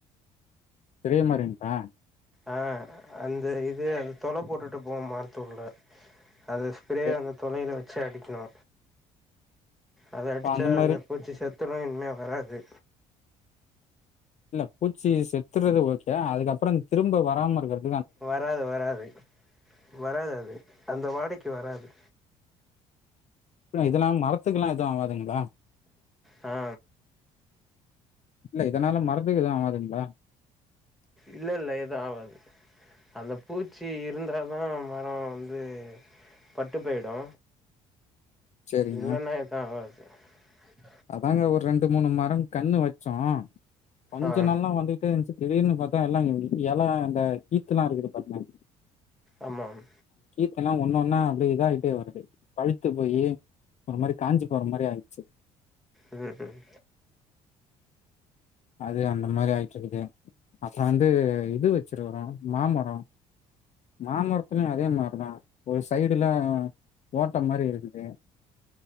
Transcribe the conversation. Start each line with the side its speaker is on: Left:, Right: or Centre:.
Left: ஸ்ப்ரே மாறிங்கள
Centre: ஆஹ் அந்த இது தொல போட்டுட்டு போ மரத்துள்ள அந்த ஸ்ப்ரே
Left: இப்ப
Centre: அந்த தொலையில வச்ச ச்சா அடிக்கணு அத அடிச்சா
Left: அந்த மாரி
Centre: பூச்சி செத்துரு இனிமே வராது
Left: இல்ல பூச்சி செத்துறது ஓகே அதுக்கப்ரோ திரும்ப வராம இருக்கிறது
Centre: வராது வராது வராது அது அந்த வாடைக்- க்கு வராது
Left: இதெல்லாம் மரத்துக்ல்லா எதுவு ஆகாதுங்களா
Centre: ஹா
Left: இல்ல இதனால மரத்துக்கு எதுவு ஆவாதுங்களா
Centre: இல்ல இல்ல எது ஆவாது அந்த பூச்சி இருந்தாதா மரம் வந்து பட்டு போயிடு
Left: சேரிங்க
Centre: இல்லன எது ஆவாது <unintelligible>
Left: அதாங்க ஒரு ரெண்டு மூணு மரங் கண்ணு வச்சோ கொஞ்சோ
Centre: ஆ
Left: நல்லா வந்துகிட்டே இருந்துச்சு திடீர்னு பாாரத்தா எல்லா இல இந்தந்த கீத்துலா இருக்குது பாரங்க
Centre: ஆமாம்
Left: துலா ஒன்ன ஒன்னா அப்படியே இத ஆயிட்டே வருது பழுத்து போயி ஒரு மாரி காஞ்சு போற மாரி ஆயிடுச்சு
Centre: உம் உம்
Left: அது அந்த மாதிரி ஆயிட்டு இருக்குது அப்ரோ வந்து இது வச்சிருக்குறோ மாமரோ மாமரத்துலயு அதே மாரி தா ஒரு சைடுல ஓட்ட மாரி இருக்குது